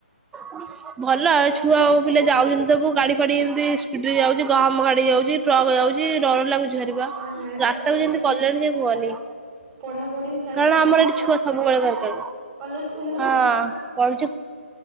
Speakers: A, in the centre; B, on the right.
A: ହୁଁ <unintelligible> ଭଲ ଛୁଆ ଆଉ ପିଲା ଯାଉଚନ୍ତି ସବୁ ଗାଡି ଫାଡି ଏମିତି ସ୍ପିଡ୍ ରେ ଯାଉଚି ଗହମ ଗାଡି ଯାଉ ଚ଼ି ଟ୍ରକ୍ ଯାଉଚି ଡର ଲାଗୁଛି ଭାରିବା
B: ହଁ ସେଇଟା
A: ରାସ୍ତାକୁ
B: ଡର ଲାଗୁଥିବ
A: ଯେମିତି କଲେଣି
B: ଆଉ।
A: ଯେ କୁହନି।
B: ପଢ଼ାପଢ଼ି ଚାଲିଛି
A: କାରଣ
B: ଭଲ
A: ଆମର ଏଠି ଛୁଆ ସବୁବେଳେ ଦରକାର୍।
B: କଲେଜ ଖୋଲିଗଲାଣି
A: ହଁ ପଢୁଛୁ